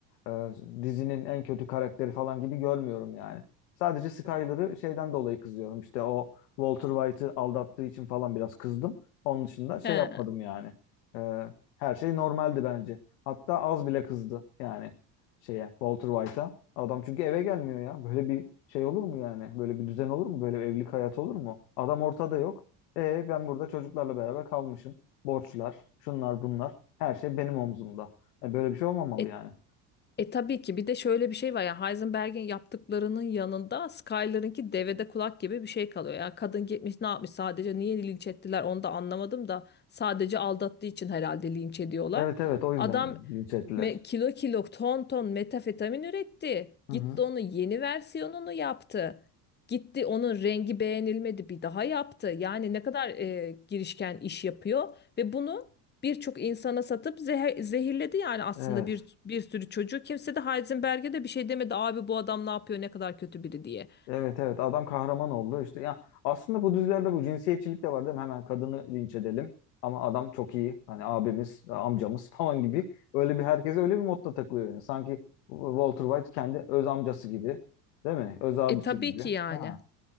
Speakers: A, on the left; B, on the left.
A: Ee, dizinin en kötü karakteri falan gibi görmüyorum yani. Sadece Skyler'ı şeyden dolayı kızıyorum. İşte o Walter White'ı aldattığı için falan biraz kızdım. Onun dışında şey
B: He.
A: yapmadım yani. Ee, her şey normaldi bence. Hatta az bile kızdı yani şeye Walter White'a. Adam çünkü eve gelmiyor ya. Böyle bir şey olur mu yani? Böyle bir düzen olur mu? Böyle bir evlilik hayatı olur mu? Adam ortada yok. E ben burada çocuklarla beraber kalmışım. Borçlar, şunlar bunlar. Her şey benim omzumda. E, böyle bir şey olmamalı
B: E
A: yani.
B: E tabii ki bir de şöyle bir şey var ya Heisenberg'in yaptıklarının yanında Skyler'ınki devede kulak gibi bir şey kalıyor. Yani kadın gitmiş ne yapmış sadece niye linç ettiler onu da anlamadım da sadece aldattığı için herhalde linç ediyorlar.
A: Evet evet o yüzden
B: Adam
A: linç ettiler.
B: me- kilo kilo ton ton metafetamin üretti.
A: Hı
B: Gitti
A: hı.
B: onun yeni versiyonunu yaptı. Gitti onun rengi beğenilmedi bir daha yaptı. Yani ne kadar e, girişken iş yapıyor ve bunu birçok insana satıp zehe- zehirledi yani aslında
A: Evet.
B: bir bir sürü çocuğu. Kimse de Heisenberg'e de bir şey demedi. Abi bu adam ne yapıyor? Ne kadar kötü biri diye.
A: Evet evet adam kahraman oldu işte ya aslında bu dizilerde bu cinsiyetçilik de var değil mi? Hemen kadını linç edelim ama adam çok iyi hani abimiz amcamız <laughs> falan gibi öyle bir herkese öyle bir modda takılıyor yani sanki Walter White kendi öz amcası gibi değil mi? Öz abisi
B: E tabii
A: gibi.
B: ki yani.
A: Ha.